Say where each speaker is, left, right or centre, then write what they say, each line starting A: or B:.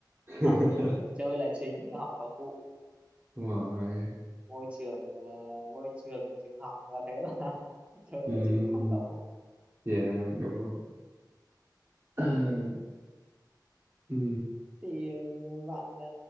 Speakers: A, on the right; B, on the right.
A: <laughs>
B: học ừ, chơi là chính học là phụ
A: đúng rồi
B: môi trường ờ, môi trường trường học là thế mà <laughs> chơi
A: ừ,
B: là chính học là phụ
A: dạ đúng rồi <clears throat> Ừ,
B: thì ừ, bạn ờ,